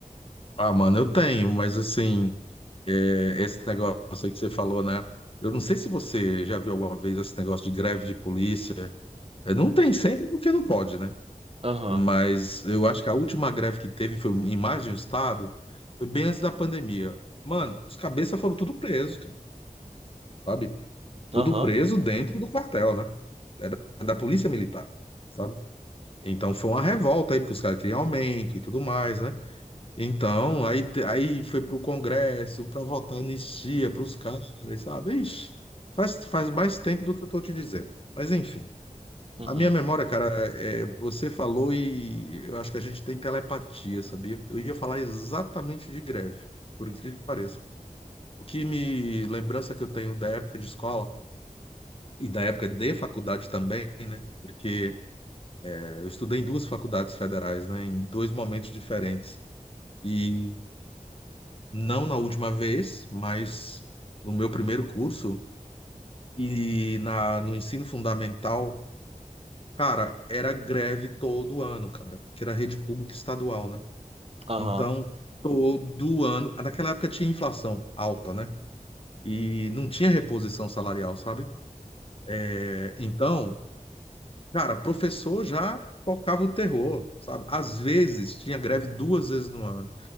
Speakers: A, on the left; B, on the right.
A: Ah, mano, eu tenho, mas assim, é, esse negócio aí que você falou, né? Eu não sei se você já viu alguma vez esse negócio de greve de polícia. É, Não tem sempre porque não pode, né?
B: Aham.
A: Mas eu acho que a última greve que teve foi em mais de um estado, foi bem antes da pandemia. Mano, os cabeças foram tudo presos, cara, sabe? Tudo
B: Aham.
A: preso dentro do quartel, né? É da, é da polícia militar, sabe? Então foi uma revolta aí, porque os caras queriam aumento e tudo mais, né? Então, aí, te- aí foi pro Congresso para votar anistia pros caras, sabe? Ixi, faz, faz mais tempo do que eu tô te dizendo. Mas enfim,
B: Uhum.
A: a minha memória, cara, é, você falou e eu acho que a gente tem telepatia, sabia? Eu ia falar exatamente de greve, por incrível que pareça. O que me lembrança que eu tenho da época de escola e da época de faculdade também, né? Porque eh, eu estudei em duas faculdades federais, né? Em dois momentos diferentes. E não na última vez, mas no meu primeiro curso e na, no ensino fundamental, cara, era greve todo ano, cara, porque era rede pública estadual, né?
B: Aham.
A: Então, todo ano, naquela época tinha inflação alta, né? E não tinha reposição salarial, sabe? É, Então, Cara, professor já tocava o terror, sabe? Às vezes tinha greve duas vezes no ano.